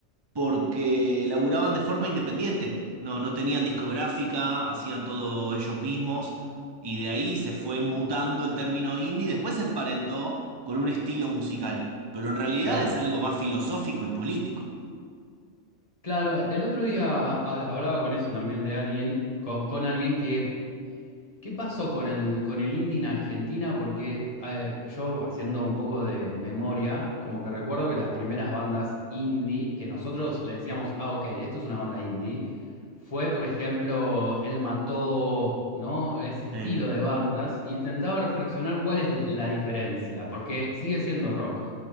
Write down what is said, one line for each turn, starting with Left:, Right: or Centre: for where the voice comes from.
Right: porque laburaban de forma independiente. No, no tenían discográfica, hacían todo ellos mismos y de ahí se fue mutando el término indie y después se emparentó con un estilo musical, pero en realidad
Left: Claro.
Right: es algo más filosófico y político.
Left: Claro, el otro día ha- hablaba con eso también de alguien, con, con alguien que ¿Qué pasó con el, con el indie en Argentina? Porque eh, yo haciendo un poco de memoria, como que recuerdo que las primeras bandas indie, que nosotros le decíamos, ah, ok, esto es una banda indie, fue, por ejemplo, El Mató, ¿no? Ese estilo
Right: Sí.
Left: de bandas. Intentaba reflexionar cuál es la diferencia, porque sigue siendo rock.